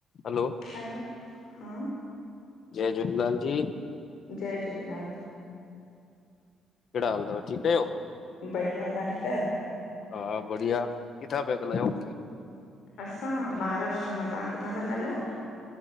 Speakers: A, on the left (about 55°); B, on the left (about 75°).
A: हलो
B: hello हा
A: जय झूलेलाल जी
B: जय झूलेलाल
A: केड़ा हाल थव, ठीकु आहियो?
B: बढ़िया, तां ठीकु आयो?
A: हा बढ़िया, किथां प्या ॻालायो?
B: असां महाराष्ट्र मां, तहां किथां था ॻाल्हायो?